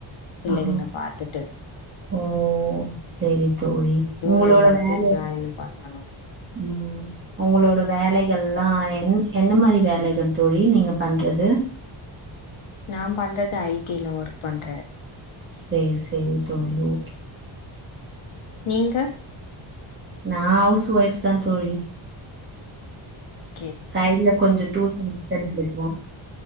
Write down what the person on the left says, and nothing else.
பிள்ளைகள்
பாத்துட்டு
ஜூலை
மந்த்து
ஜாயின் பண்ணணு
நான் பண்றது ஐடில ஒரு பண்ற
நீங்க
ம்